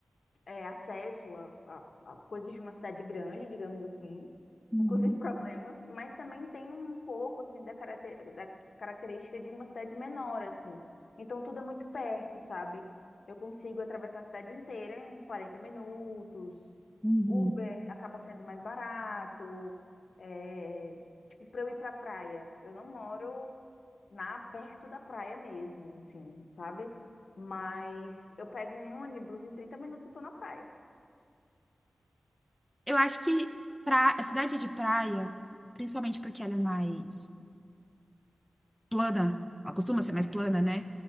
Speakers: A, on the left; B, in the centre.
A: é, acesso a, a- a coisas de uma cidade grande, digamos assim,
B: uhum,
A: inclusive <laughs> problemas, mas também tem um pouco assim da, caracter- da característica de uma cidade menor, assim. Então tudo é muito perto, sabe? Eu consigo atravessar a cidade inteira em 40 minutos.
B: uhum.
A: Uber acaba sendo mais barato. É, tipo, para eu ir para praia, eu não moro na perto da praia mesmo, assim, sabe? Mas eu pego um ônibus, em 30 minutos eu tô na praia.
B: Eu acho que pra, a cidade de praia, principalmente porque ela é mais plana, ela costuma ser
A: Hum,
B: mais plana, né?